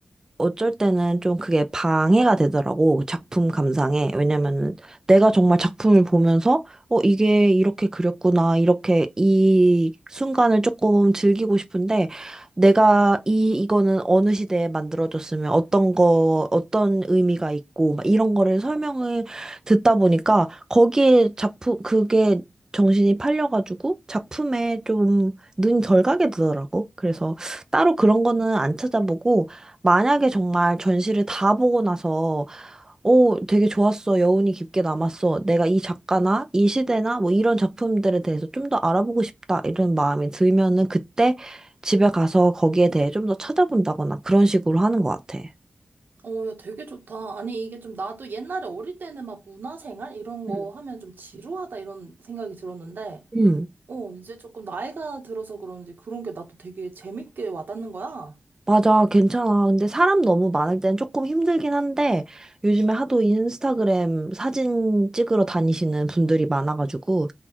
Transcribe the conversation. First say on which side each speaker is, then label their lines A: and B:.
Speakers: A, on the right (about 20°); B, on the right (about 75°).
A: 어쩔 때는 좀 그게 방해가 되더라고, 작품 감상에. 왜냐면은 내가 정말 작품을 보면서, 어, 이게 이렇게 그렸구나, 이렇게 이 순간을 조금 즐기고 싶은데, 내가 이, 이거는 어느 시대에 만들어졌으면 어떤 거, 어떤 의미가 있고, 막 이런 거를 설명을 듣다 보니까, 거기에 작품, 그게 정신이 팔려가지고, 작품에 좀 눈이 덜 가게 되더라고. 그래서 따로 그런 거는 안 찾아보고, 만약에 정말 전시를 다 보고 나서, 오, 되게 좋았어. 여운이 깊게 남았어. 내가 이 작가나 이 시대나 뭐 이런 작품들에 대해서 좀 더 알아보고 싶다. 이런 마음이 들면은 그때 집에 가서 거기에 대해 좀 더 찾아본다거나 그런 식으로 하는 것 같아.
B: 어, 야, 되게 좋다. 아니, 이게 좀 나도 옛날에 어릴 때는 막 문화생활 이런 거
A: 음.
B: 하면 좀 지루하다 이런 생각이 들었는데,
A: 음.
B: 어, 이제 조금 나이가 들어서 그런지 그런 게 나도 되게 재밌게 와닿는 거야.
A: 맞아, 괜찮아. 근데 사람 너무 많을 땐 조금 힘들긴 한데, 요즘에 하도 인스타그램 사진 찍으러 다니시는 분들이 많아가지고,